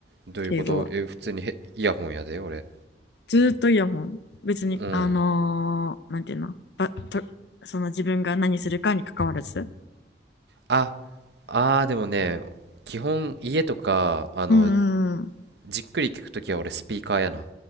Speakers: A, on the right; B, on the left.
A: どういうことえ普通にへイヤホンやで俺
B: 敬語はずーっとイヤホン別にあのーなんていうのばとその自分が何するかに関わらず
A: うんああーでもね基本家とかあの
B: うんうんうん。
A: じっくり聞くときは俺スピーカーやな